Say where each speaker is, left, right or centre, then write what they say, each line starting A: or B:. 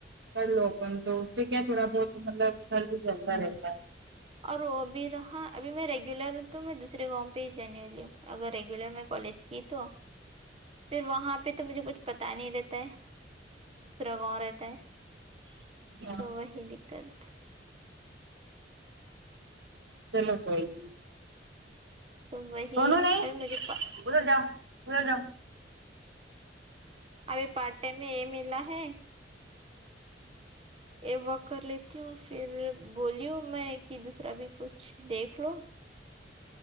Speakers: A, on the right (about 85°); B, on the right (about 35°).
A: کر لو اپن تو اس سے کیا تھوڑا بہت مطلب گھرتو چلتا رہتا ہے
B: اور وہ بھی رہا ابھی میں ریگولر تو میں دوسرے گاؤں پھرجنینولی اگر ریگولر میں کالج کی تو پھر وہاں پہ ہ تو مجھے کچھ پتا نہیں رہتا ہے دوسرا گاؤں رہتا ہے
A: ہے
B: تو وہی دقت
A: چلو کوںی نہی
B: تو وہی
A: سنو نےادھر
B: ابھی مجھے
A: جاؤ ادھر جاؤ
B: ابھی پارٹ ٹائم میں یہ ملا ہے ای واک کر لیتی ہوں پھر بولیوں میں کہ دوسرا بھی کچھ دیکھ لو